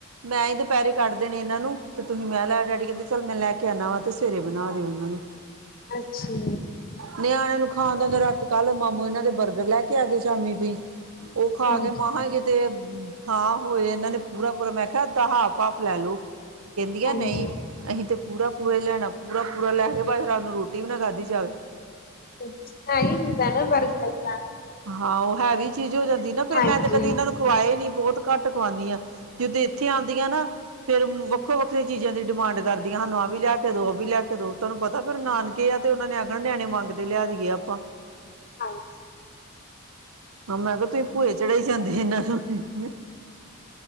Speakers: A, on the right; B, on the left.
A: ਮੈਂ ਹੀ ਦੁਪਹਿਰੇ ਕੱਢ ਦੇਣੇ ਇਹਨਾਂ ਨੂੰ ਤੇ ਤੁਸੀਂ ਮੈਂ ਲੈ ਡੈਡੀ ਕਹਿੰਦੇ ਚੱਲ ਮੈਂ ਲੈ ਕੇ ਆਉਣਾ ਵਾ ਤੇ ਸਵੇਰੇ ਬਣਾ ਦਿਓ ਇਹਨਾਂ ਨੂੰ।
B: ਅੱਛਾ।
A: ਨਿਆਣਿਆਂ ਨੂੰ ਖਾਣ ਦਾ ਦੇ ਰਾਤ ਕੱਲ ਮਾਮੂ ਇਹਨਾਂ ਦੇ ਬਰਗਰ ਲੈ ਕੇ ਆ ਗਏ ਸ਼ਾਮੀ ਵੀ ਉਹ
B: ਹਾਂਜੀ
A: ਮਾਂਹਾ ਕਿਤੇ ਖਾ ਹੋਏ ਇਹਨਾਂ ਨੇ ਪੂਰਾ-ਪੂਰਾ ਮੈਂ ਕਿਹਾ ਅੱਧਾ ਹਾਫ ਹਾਫ ਲੈ ਲੋ। ਕਹਿੰਦੀਆਂ
B: ਹਾਂਜੀ
A: ਨਈ ਅਹੀ ਤੇ ਪੂਰਾ-ਪੂਰਾ ਹੀ ਲੈਣਾ। ਪੂਰਾ-ਪੂਰਾ ਲੈ ਕੇ ਭਾਵੇਂ ਰਾਤ ਨੂੰ ਰੋਟੀ ਵੀ ਨਾ ਖਾਧੀ ਜਾਵੇ।
B: ਅੱਛ ਐ ਹੀ ਹੁੰਦਾ ਨਾ ਬਰਗਰ ਦਾ।
A: ਹਾਂ ਉਹ ਹੈਵੀ ਚੀਜ਼ ਹੋ ਜਾਂਦੀ ਨਾ ਫੇਰ
B: ਹਾਂਜੀ
A: ਮੈਂ ਤੇ ਕਦੇ ਇਹਨਾਂ ਨੂੰ ਖਵਾਏ ਨੀ ਬੌਤ ਘੱਟ ਹੀ ਖਵਾਉਨੀ ਹਾ। ਜਦੋਂ ਇੱਥੇ ਆਉਂਦੀਆਂ ਨਾ ਫੇਰ ਵੱਖੋ ਵੱਖਰੀ ਚੀਜ਼ਾਂ ਦੀ ਡਿਮਾਂਡ ਕਰਦੀਆਂ ਸਾਨੂੰ ਆਹ ਵੀ ਲੈ ਕੇ ਦਓ ਉਹ ਵੀ ਲੈ ਕੇ ਦੋ, ਤੁਹਾਨੂੰ ਪਤਾ ਫਿਰ ਨਾਨ ਕੀ ਆ ਤੇ ਉਹਨਾਂ ਨੇ ਆਖਣਾ ਨਿਆਣੇ ਮੰਗਦੇ ਲਿਆ ਦੀਈਏ ਆਪਾਂ।
B: ਹਾਂਜੀ
A: ਹਾਂ ਮੈਂ ਕਿਹਾ ਤੁਸੀ ਭੂਏ ਚੜਾਈ ਜਾਂਦੇ ਇਹਨਾਂ ਨੂੰ।